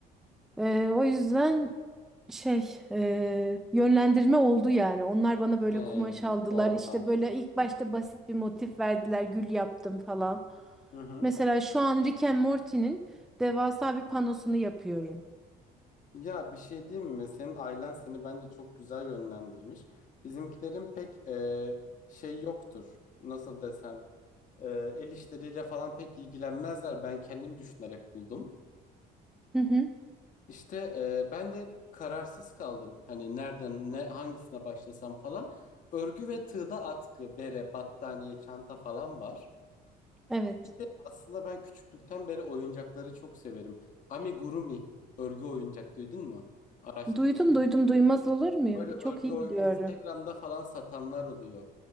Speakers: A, in the centre; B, on the left (about 50°).
A: Ee, o yüzden şey e, yönlendirme oldu yani. Onlar bana böyle
B: He,
A: kumaş aldılar.
B: oradan.
A: İşte böyle ilk başta basit bir motif verdiler. Gül yaptım falan.
B: Hı hı.
A: Mesela şu an Rick and Morty'nin devasa bir panosunu yapıyorum.
B: Ya bir şey diyeyim mi? Senin ailen seni bence çok güzel yönlendirmiş. Bizimkilerin pek e, şey yoktur. Nasıl desem? E, el işleriyle falan pek ilgilenmezler. Ben kendim düşünerek buldum.
A: Hı hı,
B: İşte e, ben de kararsız kaldım. Hani nereden ne hangisine başlasam falan. Örgü ve tığda atkı, bere, battaniye, çanta falan var.
A: evet.
B: Bir de aslında ben küçüklükten beri oyuncakları çok severim. Amigurumi örgü oyuncak duydun mu? Araştırdım.
A: Duydum duydum duymaz olur muyum?
B: Böyle
A: Bir
B: örgü
A: çok iyi
B: oy-
A: biliyorum.
B: Instagram'da falan satanlar oluyor.